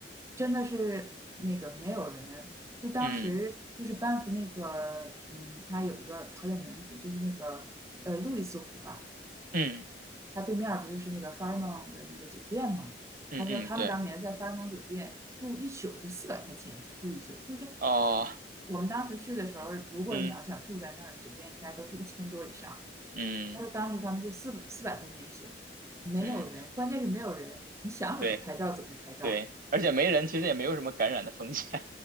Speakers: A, on the right; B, on the right.
A: 真的是那个没有人。就当时就是班夫那个，
B: 嗯
A: 嗯，他有一个很有名的湖，就是那个呃路易斯湖吧，
B: 嗯
A: 他对面不就是那个 Fairmont 的那个酒店吗？
B: 嗯嗯，
A: 他说他们当年在
B: 对，
A: Fairmont 酒店住一宿就四百块钱，就住一宿。就是
B: 哦，
A: 我们当时去的时候，如果你要想住在那儿，
B: 嗯
A: 酒店应该都是一千多以上。
B: 嗯
A: 他说当时他们就四四百块钱一宿，没有人，
B: 嗯，
A: 关键是没有人，你想怎么拍照怎么拍照。
B: 对对，而且没人，其实也没有什么感染的风险。